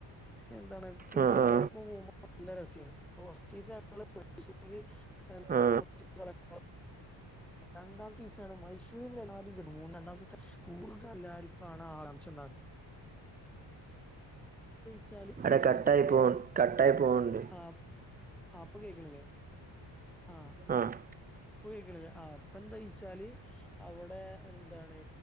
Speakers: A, in the centre; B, on the right (about 20°).
A: എന്താണ് കൂട്ടുകാരമാരപ്പ
B: ആ ആ
A: പോകുമ്പോ നല്ല രസിയം ഹോസ്റ്റേഴ്സ് ആവുമ്പോളെ <unintelligible>
B: ആ
A: രണ്ടാമത്തെ ഈസാണ് മൈസൂരി നിലവരിന്ന് രണ്ടാമത്തെ കൂർഗ് എല്ലാവർക്കും കാണാൻ ആകാംക്ഷ ഉണ്ടായി ച്ചാല്
B: അവിടെ
A: എതാണ്
B: കട്ടായി
A: നമ്മളെ
B: പോ കട്ടായി പോകുന്നുണ്ട്
A: ആഹ് ആഹ് അപ്പൊ കേൾക്കണല്ലേ ആഹ്
B: ആഹ്
A: പോയക്കളഞ്ഞ ആഹ് അപ്പ എന്താ വച്ചാല് അവിടെ എന്താണ്